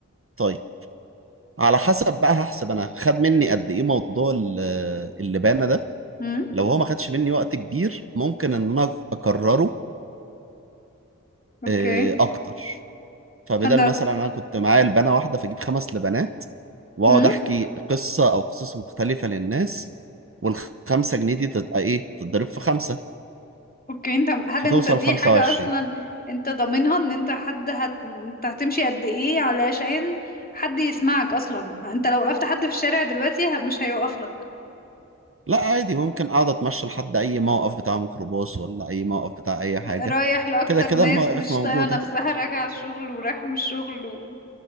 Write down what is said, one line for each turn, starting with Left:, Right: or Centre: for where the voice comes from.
Right: طيب على حسب بقى هحسب انا خد مني قد ايه موضوع ال- اللبانه ده
Left: امم
Right: لو هو ما خدش مني وقت كبير ممكن ان انا اكرره
Left: اوكي
Right: آه، اكتر فبدل
Left: فانت
Right: مثلا انا كنت معايا لبنه واحده فاجيب خمس لبنات واقعد
Left: امم
Right: احكي قصه او قصص مختلفه للناس والخمسه جنيه دي تبقى ايه تتضرب في خمسه
Left: اوكي انت هل
Right: فتوصل
Left: انت دي
Right: 25
Left: حاجه اصلا انت ضامنها ان انت حد هت... انت هتمشي قد ايه علشان حد يسمعك اصلا انت لو وقفت حد في الشارع دلوقتي ه- مش هيوقف لك
Right: لا عادي ممكن اقعد اتمشى لحد اي موقف بتاع ميكروباص ولا اي موقف بتاع اي حاجه
Left: رايح لأكتر
Right: كده كده
Left: ناس
Right: المواقف
Left: مش
Right: موجوده
Left: طايقة نفسها راجعة الشغل ورايحة من الشغل و...